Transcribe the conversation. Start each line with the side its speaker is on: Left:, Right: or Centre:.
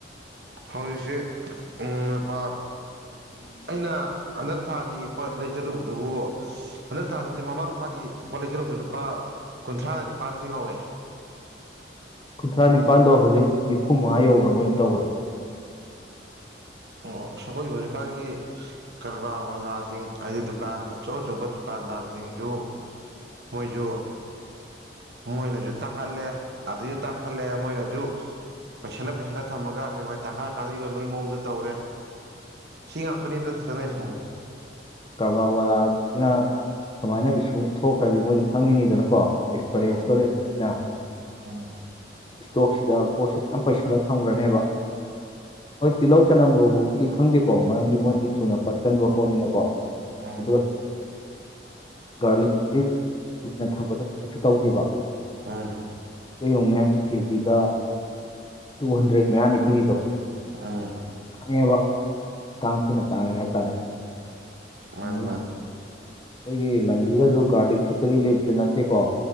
Right: ꯍꯧꯖꯤꯛꯁꯦ ꯎꯝ ꯂꯨꯄꯥ ꯑꯩꯅ ꯍꯟꯗꯛ ꯊꯥꯒꯤ ꯄꯣꯠ ꯂꯩ ꯆꯠꯂꯨꯕꯗꯨꯕꯨ ꯍꯟꯗꯛ ꯊꯥ ꯅꯠꯇ꯭ꯔꯤ ꯃꯃꯥꯡ ꯊꯥꯒꯤ ꯄꯣꯠ ꯂꯩ ꯆꯠꯂꯨꯕꯗ ꯂꯨꯄꯥ ꯀꯨꯟꯊ꯭ꯔꯥꯒ ꯅꯤꯄꯥꯟꯁꯤ ꯉꯧꯋꯦ
Left: ꯀꯨꯟꯊ꯭ꯔꯥ ꯅꯤꯄꯥꯜꯗꯣ ꯍꯧꯖꯤꯛ ꯅꯤꯐꯨ ꯃꯉꯥ ꯌꯧꯈ꯭ꯔ ꯃꯣꯏꯝ ꯇꯧꯕꯅꯤ
Right: ꯑꯣ ꯑꯩꯈꯣꯏ ꯍꯧꯖꯤꯛꯀꯥꯟꯒꯤ ꯀꯔꯕꯥꯔ ꯋꯥꯂꯥꯁꯤꯡ ꯍꯥꯏꯗꯤ ꯗꯨꯀꯥꯟ ꯑꯆꯧ ꯑꯆꯧꯕ ꯗꯨꯀꯥꯟ ꯀꯥꯟꯗꯥꯔꯁꯤꯡꯁꯨ ꯃꯣꯏꯁꯨ ꯃꯣꯏꯅꯁꯨ ꯇꯥꯡꯈꯠꯂꯦ ꯑꯗꯨꯁꯨ ꯇꯥꯡꯈꯠꯂꯦ ꯃꯣꯏꯅꯁꯨ ꯄꯩꯁꯜꯂ ꯄꯩꯁꯜꯂ ꯊꯝꯃꯒ ꯍꯌꯦꯡꯋꯥꯏ ꯇꯥꯡꯈꯥꯏꯑꯀꯥꯟꯗ ꯌꯣꯟꯕꯒꯤ ꯃꯑꯣꯡꯗ ꯇꯧꯔꯦ ꯁꯤ ꯉꯥꯛꯇꯅꯤꯗ ꯁꯤ ꯆꯪꯉꯛꯏꯖ
Left: ꯀꯔꯕꯥ ꯋꯥꯂꯥꯅ ꯁꯨꯃꯥꯏꯅ ꯏꯁꯨ ꯑꯃ ꯊꯣꯛꯈ꯭ꯔꯗꯤ ꯃꯣꯏꯗꯤ ꯈꯪꯉꯤꯅꯤꯗꯅꯀꯣ ꯑꯦꯛꯁꯄꯔꯤꯌꯦꯟꯁꯇ
Right: ꯎꯝ
Left: ꯂꯩꯅ
Right: ꯎꯝ
Left: ꯇꯣꯛꯁꯤꯗ ꯄꯣꯠꯁꯦ ꯌꯥꯝ ꯄꯩꯁꯜꯂ ꯊꯝꯈ꯭ꯔꯅꯦꯕ ꯍꯣꯏ ꯇꯤꯜꯍꯧ ꯆꯠꯅꯝꯕꯕꯨꯥꯎꯤ ꯈꯪꯗꯦꯀꯣ ꯃꯔꯝꯗꯤ ꯃꯣꯏꯗꯤ ꯊꯨꯅ ꯄꯠꯀꯟꯕ ꯄꯣꯠꯅꯤꯅꯀꯣ
Right: ꯎꯝ ꯎꯝ
Left: ꯑꯗꯨꯒ ꯒꯔꯂꯤꯛꯁꯤ ꯀꯨꯏꯅ ꯊꯝꯕꯗ ꯀꯩꯁꯨ ꯇꯧꯗꯦꯕ
Right: ꯍꯣꯏ
Left: ꯀꯩꯗꯣꯉꯅꯦ ꯀꯦꯖꯤꯗ ꯇꯨ ꯍꯟꯗ꯭ꯔꯦꯗ ꯃꯌꯥꯅꯤ ꯄꯤꯔꯤꯗꯣ
Right: ꯑꯥ
Left: ꯇꯥꯡꯉꯦꯕ ꯈꯨꯊꯥꯡ ꯊꯤꯅ ꯇꯥꯡꯉꯦ ꯍꯥꯏꯇꯥꯔꯦ
Right: ꯃꯥꯟ
Left: ꯑꯗꯨꯗꯒꯤ
Right: ꯃꯥꯥꯟ
Left: ꯑꯩꯈꯣꯏꯒꯤ ꯂꯝꯁꯤꯗꯁꯨ ꯒꯥꯔꯗꯤꯛ ꯐꯦꯛꯇꯔꯤ ꯂꯩꯕꯁꯨ ꯅꯠꯇꯦꯀꯣ